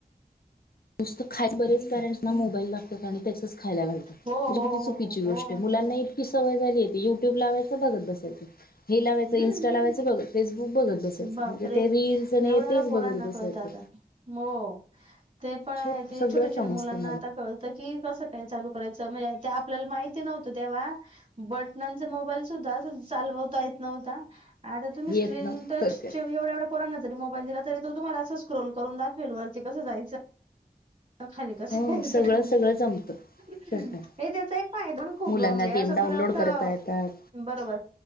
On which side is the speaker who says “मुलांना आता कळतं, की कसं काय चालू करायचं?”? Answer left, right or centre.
Right